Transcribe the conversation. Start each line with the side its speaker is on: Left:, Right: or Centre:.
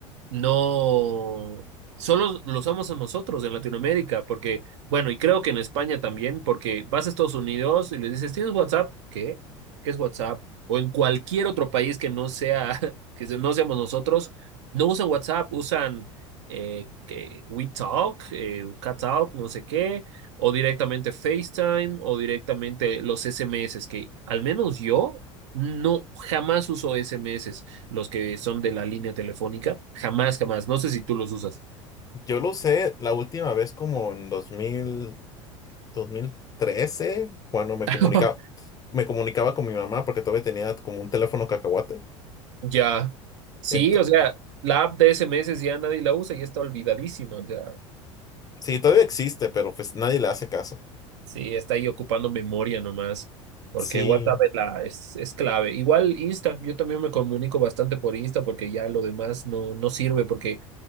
Right: no, solo lo usamos a nosotros en Latinoamérica, porque, bueno, y creo que en España también, porque vas a Estados Unidos y les dices, ¿tienes WhatsApp? ¿Qué? ¿Qué es WhatsApp? O en cualquier otro país que no sea, <laughs> que no seamos nosotros, no usan WhatsApp, usan eh, que WeTalk, eh, CatTalk, no sé qué o directamente FaceTime o directamente los SMS, que al menos yo no jamás uso SMS, los que son de la línea telefónica, jamás, jamás. No sé si tú los usas.
Left: Yo lo usé la última vez como en dos dos mil dos mil trece cuando me
Right: <laughs>
Left: comunicaba, me comunicaba con mi mamá porque todavía tenía como un teléfono cacahuate.
Right: Ya. Sí,
Left: Ento-
Right: o sea, la app de SMS ya nadie la usa y está olvidadísima. O sea,
Left: sí, todavía existe, pero pues nadie le hace caso.
Right: sí, está ahí ocupando memoria nomás. Porque
Left: Sí,
Right: WhatsApp es, la, es, es clave. Igual Insta, yo también me comunico bastante por Insta porque ya lo demás no, no sirve porque